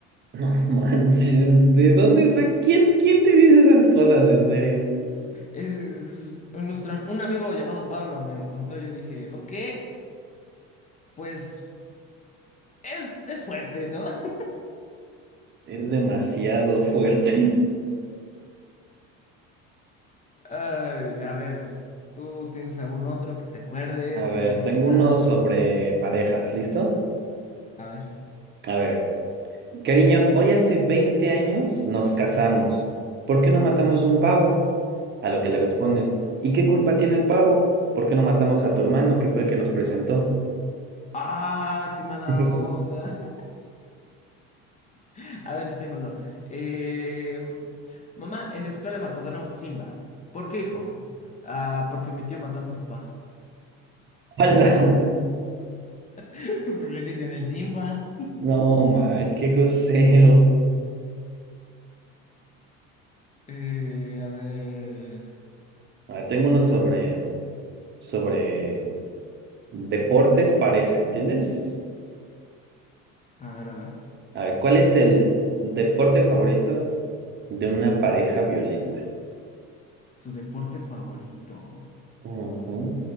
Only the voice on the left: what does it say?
Es, es- un, nuestra- un amigo llamado Pablo me lo contó, yo dije, ok, pues Es, es fuerte, ¿no? <laughs>
Ay, a ver, ¿tú tienes algún otro que te acuerdes,
que te hayan
contado?
A ver.
¡Ah, qué mala
onda! <laughs> A ver, yo tengo uno. Eh, mamá, en la escuela me apodaron Simba. ¿Por qué, hijo? Ah, porque mi tío mató a mi papá.
<laughs> Pues le dicen el Simba.
Eh, a ver,
a ver, a ver.
Su deporte favorito.